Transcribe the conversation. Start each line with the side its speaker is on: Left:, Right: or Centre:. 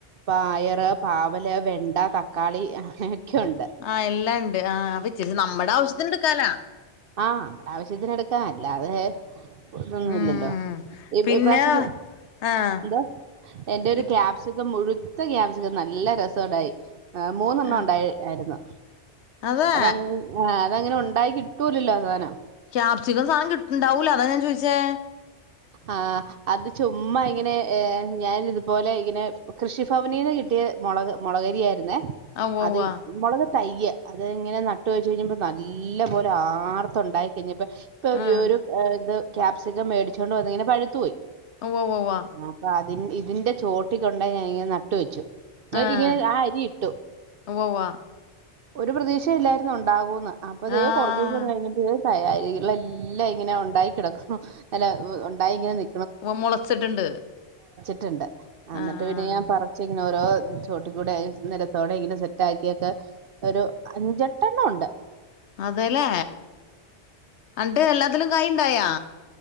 Right: പായറ് പാവല് വെണ്ട തക്കാളി ഉണ്ട്
Left: ആഹ് എല്ലാണ്ട് ആ വിച്ച് രി നമ്മടെ ആവശ്യത്തിന് എടുക്കാലാ
Right: ആഹ് നമ്മടെ ആവിശ്യത്തിന് എടുക്ക അല്ലാതെ ഇതൊന്നും
Left: ഉം
Right: ഇല്ലല്ലോ ഇ
Left: പിന്നെ
Right: ഇപ്രാവിശ്യം ഞ്
Left: ആഹ്
Right: എന്തോ എന്റൊരു
Left: ഇപ്
Right: ക്യാപ്‌സിക്കം മുഴു ത്തെ ക്യാപ്‌സിക്കം നല്ല രസോണ്ടായി ഏഹ് മൂന്നെണ്ണം
Left: ആഹ്
Right: ഉണ്ടായി ആര്ന്നു
Left: അതെ
Right: അതങ്ങ് ആ തങ്ങനെ ഉണ്ടായി കിട് ട്ടൂലല്ലോ ആ സാനം
Left: ക്യാപ്‌സിക്കം സാനം കിട്ട് ണ്ടാവൂല അതാ ഞാൻ ചോയിച്ചേ
Right: ആഹ് അത് ചുമ്മാ ഇങ്ങനെ ഏ ഞാനിത് പോലെ ഇങ്ങനെ കൃഷിഫ വനീന്ന് കിട്ടിയ മൊളക് മൊളകരി ആയിരുന്നേ.
Left: ആഹ് ഉവ്വ
Right: അതെയ്
Left: ഉവ്വ
Right: മൊളക് തയ്യ് അത് ഇങ്ങനെ നട്ട് വെച്ച് കഴിഞ്ഞപ്പോ നല്ലപോലെ ആർത്ത് ഉണ്ടായി കഴിഞ്ഞപ്പോ, ഇപ്പൊ <unintelligible>
Left: ആഹ്
Right: രു ഏ ത് ക്യാപ്‌സ് ക്കം മേടിച്ച് കൊണ്ട് വന്നിങ്ങനെ പഴുത്ത് പോയി.
Left: ഒവ്വവ്വവ്വാ
Right: അപ്പൊ ഇതിന്റെ ചോട്ടി കൊണ്ടോയി ഞാൻ നട്ട് വെച്ചു നോകികെ
Left: ആഹ്
Right: ഞാ ആ അരിട്ടു
Left: ഉവ്വ ഉവ്വ
Right: ഒരു പ്രതീക്ഷിം ഇല്ലായിരുന്നു ഉണ്ടാവൂന്ന് അപ്പ ദേ
Left: ആഹ്
Right: കൊർചൂസം കഴിഞ്ഞപഴേ കായികളെല്ലാം ഇങ്ങനെ ഉണ്ടായി കിടകു ഉ അല്ല ഉണ്ടായി ഇങ്ങനെ നി
Left: ഒവൊ മുളച്ചിട്ടുണ്ട്
Right: റ്റ്ണ്ട് അന്നിട്ട്
Left: ആഹ്
Right: പിന്നെ യാൻ പറചി ങ്ങനോരോ ചോട്ടികൂടെ നെരതോടെ ഇങ്ങനെ സെറ്റാകിയിട്ട് ഒര് അഞ്ചെട്ടണ്ണണ്ട്
Left: അതേലെ അന്റെ എല്ലാതിലും കായിണ്ടായോ